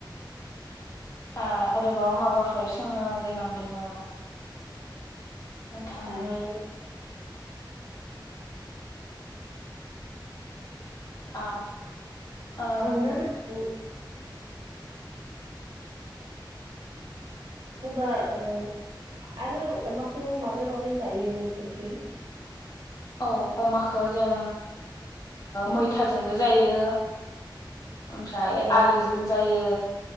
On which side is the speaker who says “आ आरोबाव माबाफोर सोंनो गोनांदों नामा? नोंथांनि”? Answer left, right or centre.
Left